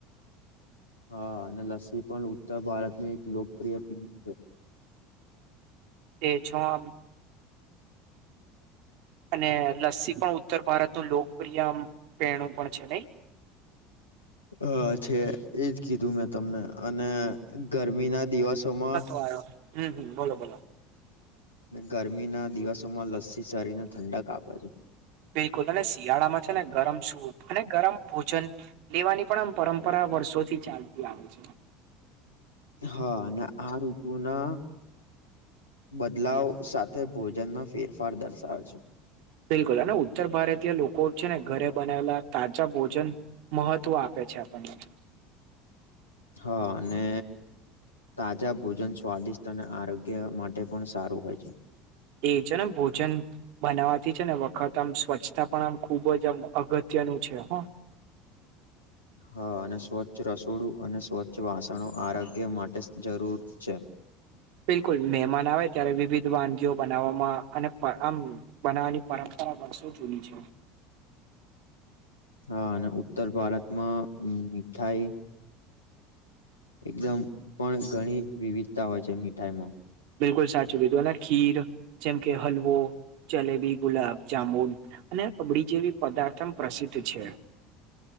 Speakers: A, on the left; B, on the right.
A: હા અને લસ્સી પણ ઉત્તર ભારતની એક લોકપ્રિય <unintelligible> છે
B: એજ હો અને લસ્સી પણ ઉત્તર ભારતનું લોકપ્રિય પેણું પણ છે નહી
A: અ છે એજ કીધું મેં તમને અને ગરમીના દિવસોમાં
B: <unintelligible> હમ્મ બોલો બોલો
A: ગરમી ના દિવસોમા લસ્સી શરીર ને ઠંડક આપે છે
B: બિલકુલ અને શિયાળામા છે ને ગરમ સૂપ અને ગરમ ભોજન લેવાની પણ આમ પરપરા વર્ષોથી ચાલતી આવે છે,
A: હા અને આ ઋતુ ના બદલાવ સાથે ભોજનમાં ફેરફાર દર્શવે છે
B: બિલકુલ અને ઉત્તર ભારતીય લોકો છે, ને ઘરે બનાવેલા તાજા ભોજન મહત્વ આપે છે, આપણને
A: હા અને તાજા ભોજન સ્વાદિષ્ટ અને આરોગ્ય માટે પણ સારું હોય છે,
B: એે જેને ભોજન બનાવાથી છે ને વખત આમ સ્વચ્છતા પણ આમ ખુબ જ આમ અગત્યનું છે, હો
A: હા અને સ્વચ્છ રસોડું અને સ્વચ્છ વાસણો આરોગ્ય માટે જરૂર છે,
B: બિલકુલ મહેમાન આવે ત્યારે વિવિધ વાનગીઓ બનાવવામા અને પ આમ બનાવવાની પરંપરા વર્ષો જૂની છે,
A: હા અને ઉત્તર ભારતમાં મીઠાઈ એકદમ પણ ઘણી વિવિધતા હોય છે, મીઠાઈમાં
B: બિલકુલ સાચું કીધું અને ખીર જેમ કે હલવો જલેબી ગુલાબ જામુન અને રબડી જેવી પદાર્થ પ્રસિદ્ધ છે,